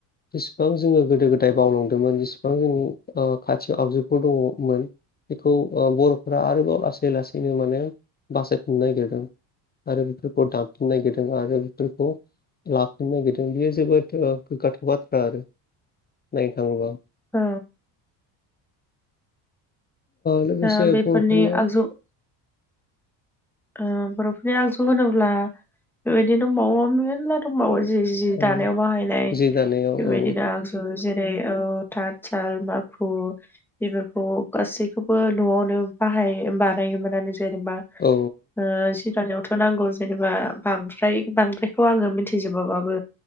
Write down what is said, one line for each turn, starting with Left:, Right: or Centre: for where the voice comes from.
Left: जेसेबां जोङो गोदो -गोदाय नाथाय बावलांदोंमोन जेसेबां जोंनि ओखाथि आगजुफोर दङमोन बेखौ ओ बर'फोरा आरोबाव लासै लासैनो माने बासायनो नागिरदों। आरो बेफोरखौ दानफिननो नागिरदों आरो बेफोरखौ लाफिनो नागिरदों बियो जोबोद ओ गोग्गाथाव बाथ्रा आरो। <unintelligible>
Centre: ओ
Left: लोगोसे
Centre: दा बेफोरनि
Left: बर'फोरना
Centre: आगजु ओ बर'फोरनि आगजु होनोब्ला बेबायदिनो <unintelligible> समबावो जि जि दानायाव
Left: औ
Centre: बाहायनाय
Left: जि दानायाव
Centre: बेबायदिनो
Left: औ
Centre: आगजु जेरै ओ थाथ साल, माखु बेफोरखौ गासैखौबो न'आवनो बाहाय बानायोमोन जेनेबा
Left: औ।
Centre: ओ जि दानायावथ' नांगौ जेनेबा बांद्राय बांद्रायखौ आङो मिथिजोबाबाबो